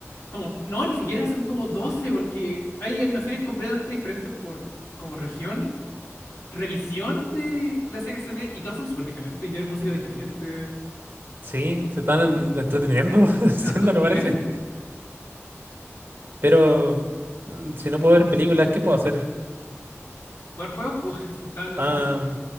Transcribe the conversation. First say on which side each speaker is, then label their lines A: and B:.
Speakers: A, on the left (about 80°); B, on the right (about 40°).
A: Como. No, ni siquiera son como 12 porque hay animaciones completamente diferentes por como región, revisión de la Sega CD, y todas son súper diferentes y tienen música diferente.
B: Sí, se están
A: Tanto,
B: en- entreteniendo <laughs> haciéndolo,
A: tanto esfuerzo,
B: parece.
A: sí.
B: Pero mm, si no puedo ver películas, ¿qué puedo hacer?
A: Jugar juegos, pues, <laughs> si estaba en la
B: Ah,
A: Sega.